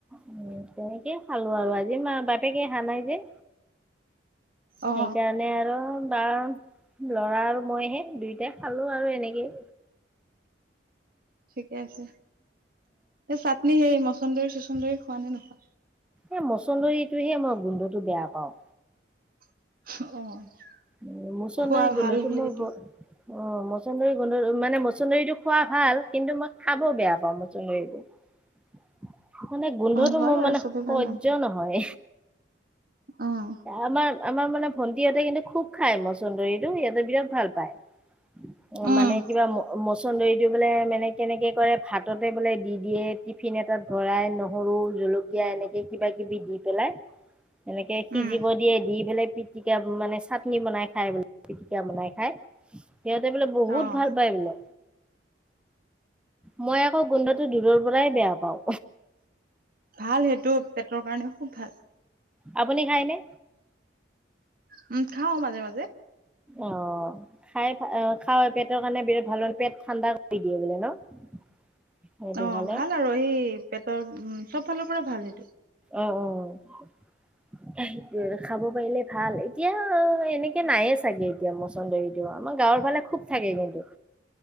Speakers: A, in the centre; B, on the right (about 50°).
A: উম, তেনেকে খালো আৰু আজি মা বাপেকে আহা নাই যে।
B: অ
A: সেইকাৰণে আৰু বাৰ ল'ৰা আৰু মইহে দুয়োটাই খালো আৰু এনেকেই।
B: ঠিকে আছে এই চাটনি সেই মচন্দৰী চচন্দৰী খোৱা নে নোখোৱা?
A: এই মছন্দৰীটোহে মই গোন্ধটো বেয়া পাওঁ।
B: অ',
A: উম, মছন্দৰিৰ
B: খোৱা
A: গোন্ধটো
B: ভাল বোলে
A: মোৰ
B: এইটো
A: বৰ অ', মছন্দৰী গোন্ধটো মানে মছন্দৰীটো খোৱা ভাল কিন্তু মই খাব বেয়া পাওঁ মছন্দৰীটো। <inaudible> মানে গোন্ধটো
B: উম হয়
A: মোৰ
B: বাৰু
A: মানে
B: চবে
A: সহ্য
B: ভাল নাপায়
A: নহয়
B: উম
A: আমাৰ আমাৰ মানে ভণ্টিহঁতে কিন্তু খুব খাই মছন্দৰীটো সিহঁতে বিৰাট ভাল পায়। অ,,
B: উম
A: মানে কিবা মচন্দৰীটো বোলে মানে কেনেকে কৰে ভাততে বোলে দি দিয়ে টিফিন এটাত ভৰাই নহৰু জলকীয়া এনেকে কিবা কিবি দি পেলাই। এনেকে সিজিব
B: উম
A: দিয়ে দি পেলাই পিটিকা মানে চাটনি বনাই খাই বোলে, পিটিকা বনাই খাই, সিহঁতে বোলে বহুত
B: অ
A: ভাল পায় বোলে। মই আকৌ গোন্ধটো দূৰৰ পৰাই বেয়া পাওঁ।
B: ভাল সেইটো পেটৰ কাৰণে খুব ভাল।
A: আপুনি খাইনে?
B: উম, খাওঁ মাজে মাজে।
A: অ', খাই অ, খাই পেটৰ কাৰণে বিৰাট ভাল, পেট ঠাণ্ডা কৰি দিয়ে বোলে ন? <inaudible>
B: অ'
A: খালে
B: ভাল আৰু এই পেটৰ উম, চব ফালৰ পৰা ভাল সেইটো।
A: অ', অ', খাব পাৰিলে ভাল এতিয়া এনেকে নায়ে চাগে এতিয়া মছন্দৰীটো আমাৰ গা গাঁৱৰ ফালে খুব থাকে কিন্তু।